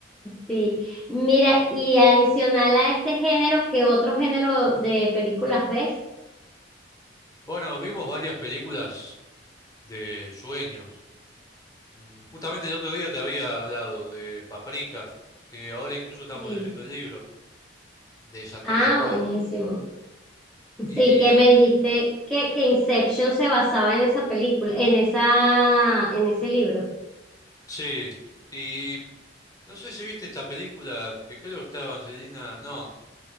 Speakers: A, in the centre; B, on the left (about 20°).
A: sí, mira, y adicional a este género, ¿qué otro género de películas ves?
B: Bueno, vimos varias películas de sueños. Mm, Justamente el otro día te había hablado de Paprika, que ahora incluso estamos
A: Sí.
B: leyendo el libro de Satoshi
A: Ah,
B: Kon.
A: buenísimo.
B: Y
A: Sí, que me dijiste que, que Inception se basaba en esa película, en esa, en ese libro.
B: sí, y no sé si viste esta película que creo que está Angelina, no,